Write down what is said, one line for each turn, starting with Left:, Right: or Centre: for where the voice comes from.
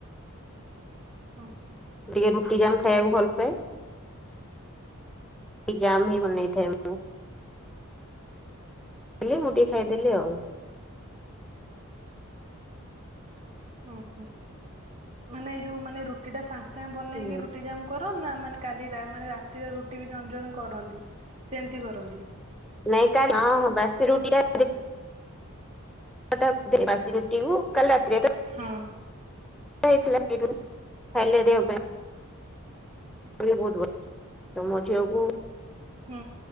Right: ହଁ ହଁ।
Centre: ଟିକେ ରୁଟି ଜାମ୍ ଖାଇବାକୁ ଭଲ ପାଏ। ଜାମ ହିଁ ବନେଇଥାଏ। ମୁଁ ଖାଲି ମୁଁ ଟିକେ ଖାଇଦେଲି ଆଉ।
Right: ଓ ହୋଁ ମାନେ ଏଇ ଯୋଉ ମାନେ ରୁଟି ଟା ସାଙ୍ଗେ ସାଙ୍ଗେ ବନେଇକି
Centre: ହୁଁ
Right: ରୁଟି ଯା କର ନା ମାନେ କାଲି ରା ମାନେ ରାତିର ରୁଟି ବି ଜଣେ ଜଣେ କରନ୍ତି କେମିତି କରନ୍ତି?
Centre: ନାଇଁ କାଁଁ ହଁ ହଁ ବାସି ରୁଟି ଟା ପଟା ଦେ ବାସି ରୁଟି ହଉ କାଲ ରାତିରେ ତ
Right: ହଁ।
Centre: ହେଇଥିଲା <unintelligible> ଖାଇଲେ ଦେହ ପାଇଁ ବହୁତ ଭଲ ତମ ଝିଅକୁ
Right: ହୁଁ।